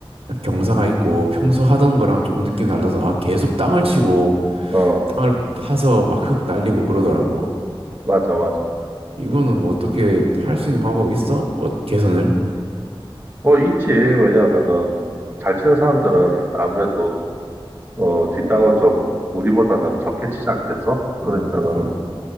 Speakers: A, on the right; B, on the right.
A: 경사가 있고 평소 하던 거랑 조금 느낌이 달라서 아 계속 땅을 치고
B: 어,
A: 땅을 파서 막 흙 날리고 그러더라고.
B: 맞아, 맞아.
A: 이거는 뭐 어떻게 할 수 있는 방법이 있어? 어, 개선을?
B: 어, 있지. 왜냐하면은 잘 치는 사람들은 아무래도 어, 뒷땅을 좀 우리보다는 적게 치지 않겠어? 그러니까는
A: 음, 그럼,